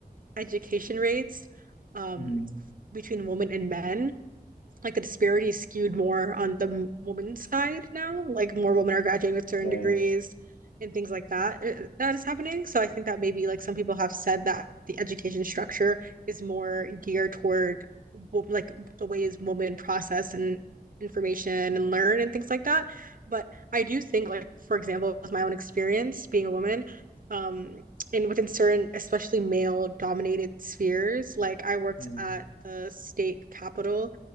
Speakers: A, on the right; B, on the left.
A: education rates um,
B: hmm
A: between women and men like the disparity is skewed more on the m- woman's side now. Like more women are graduating with certain
B: Right.
A: degrees and things like that. uh, That is happening. So I think that maybe like some people have said that the education structure is more geared toward wo- like the ways women process and information and learn and things like that. But I do think like for example with my own experience being a woman, um and within certain especially male dominated spheres like I worked
B: Mm-hmm.
A: at the state capitol